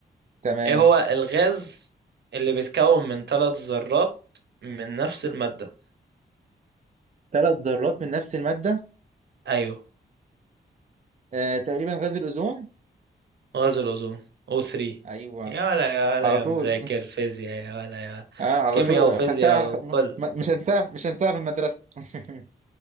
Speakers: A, on the right (about 40°); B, on the right (about 75°).
A: تمام
B: ايه هو الغاز اللي بيتكون من ثلاث ذرات من نفس المادة
A: ثلاث ذرات من نفس الماده
B: ايوه
A: آه. تقريبا غاز الاوزون
B: غاز الاوزون O3
A: ايوه
B: يا ولا يا ولا
A: على
B: يا
A: طول
B: مذاكر فيزياء يا ولا يا
A: <laughs>
B: ولا
A: اه على
B: كيمياء
A: طول
B: وفيزياء
A: خدتها خ- م-
B: كله
A: مش هنساها مش هنساها في المدرسه <laughs>